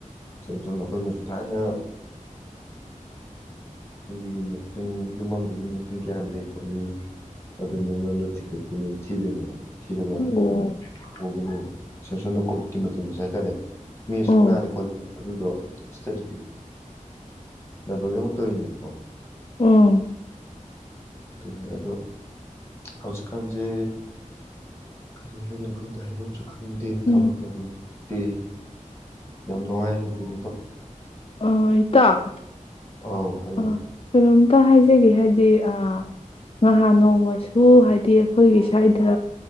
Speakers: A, on the left; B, on the left.
A: ꯏꯆꯝ ꯁꯝꯅ ꯑꯩꯈꯣꯏꯅꯁꯨ ꯊꯥꯏꯅ ꯑꯩꯒꯤꯆꯤꯡ ꯌꯨꯝꯐꯝꯗꯨ ꯃꯤ ꯃꯁꯤꯡ ꯀꯌꯥ ꯂꯩ ꯈꯣꯠꯂꯤ ꯑꯗꯨ ꯃ ꯃꯔꯝꯗ ꯊꯤꯈꯠꯇꯣꯏꯅꯦꯕ ꯊꯤꯗ꯭ꯔꯤꯅꯦꯕ ꯊꯤꯔꯒꯥ
B: ꯑꯣ
A: ꯔꯤꯄꯣꯔꯠ꯭ ꯇꯧ <unintelligible> ꯀꯣꯚꯤꯗꯀꯤ ꯃꯇꯝꯗꯁꯨ ꯍꯥꯏꯇꯥꯔꯦ ꯃꯤ ꯑꯁꯨꯨꯝ
B: ꯑꯣ
A: ꯅꯥꯔꯦ ꯈꯣꯠꯂ ꯑꯗꯨꯗꯣ ꯏꯁꯇꯗꯤ <unintelligible> ꯅ ꯂꯣꯏꯅꯃꯛ ꯇꯧꯔꯤꯅꯦꯕꯀꯣ
B: ꯎꯝ꯫
A: ꯑꯗꯨꯅꯦ ꯑꯗꯣ ꯍꯧꯖꯤꯛꯀꯥꯟꯁꯦ ꯀꯔꯤ ꯍꯥꯏꯗꯣꯏꯅꯣ ꯈꯪꯗꯦ ꯍꯥꯏꯕꯝꯁꯨ ꯈꯪꯗꯦ
B: ꯎꯝ
A: ꯊꯕꯛ ꯇꯧꯐꯝꯁꯨ ꯇꯦ ꯌꯥꯝ ꯅꯨꯡꯉꯥꯏ ꯍꯥꯏꯕꯗꯨꯅꯤ
B: ꯑꯣ ꯏꯇꯥꯎ
A: ꯑꯧ ꯍꯥꯏꯌꯣ
B: ꯑ ꯀꯩꯅꯣꯝꯇ ꯍꯥꯏꯖꯒꯦ ꯍꯥꯏ ꯍꯥꯏꯗꯤ ꯑ ꯉꯍꯥ ꯅꯣꯡꯃꯁꯨ ꯍꯥꯏꯗꯤ ꯑꯩꯈꯣꯏꯒꯤ ꯁ꯭ꯋꯥꯏꯗ